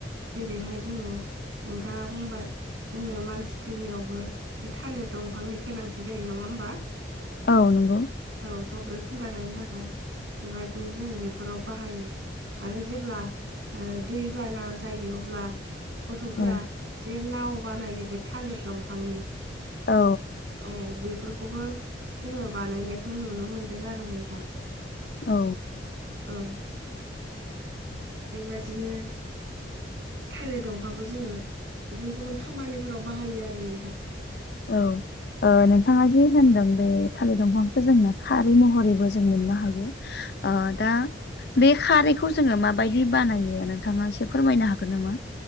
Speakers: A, on the right; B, on the left.
A: जेरैहाय जोङो नोंथाङा बुंबाय जोंनो मानसि थैनायावबो बे थालिर दंफांनि गोनांथि जायो नङा होमबा
B: औ नंगौ
A: औ थब्रै खुन्था गायनो थाखाय बेबायदिनो जोङो बेफोराव बाहायो आरो जे ब्ला ओ दै बाना जायो अब्ला गथ'फोरा
B: औ
A: जे नाव बानायो बे थालिर दंफांनि
B: औ
A: औ बेफोरखौबो जोङो बानायनायखौ नुनो मोनदों आरो नोंथां
B: औ
A: औ ओम बेबादिनो थालिर दंफांखौ जोङो गुबुन गुबुन खामानिफोराव बाहायो आरो नोंथां
B: औ ओ नोंथाङा जि होनदों बे थालिर दंफांखौ जोंनो खारै महरैबो जों मोननो हायो। ओ दा बे खारैखौ जोङो माबायदि बानायो नोंथाङा एसे फोरमायनो हागोन नामा